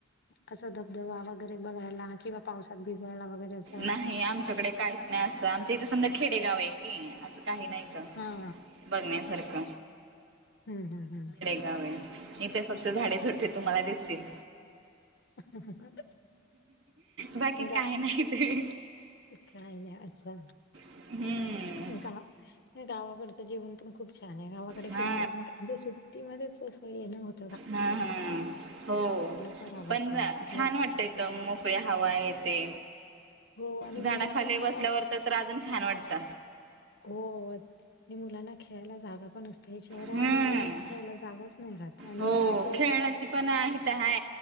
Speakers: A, on the left; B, on the right.
A: असा धबधबा वगैरे बघायला किंवा पावसात भिजवायला वगैरे अस
B: नाही आमच्याकडे काहीच नाही असं आमच इथे समजा खेडेगाव आहे की असं काही नाहीत.
A: हां,
B: भगण्या सारख.
A: हम्म हम्म हम्.
B: इथे फक्त झाडे झुटे तुम्हाला दिसतील.
A: ह ह ह
B: बाकी
A: इका
B: काय नाही ते
A: काय नाही अच्छा.
B: हम्म
A: इका. गावाकडचं जेवन पण खूप छान आहे गावाकडे
B: हा
A: फिरायला पण म्हणजे सुट्टीमध्येध्येच असं येणत.
B: हम हम हो
A: फार आवडतं.
B: पण. जा
A: तिथलं
B: छान वाटतंयथ मोकळ्या हवा आहे ते.
A: हो आणि मुलांना
B: झाडाखाली
A: मुळात
B: बसल्यावर तर तर अजून छान वाटत.
A: हो आणि मुलांना खेळायला जागा पण असते. शहरामध्ये
B: हम्म
A: मुलांना खेळायला जागाच नाही राहत आणि
B: हो
A: मुलं असे.
B: खेळण्याची पण आहे तर ह.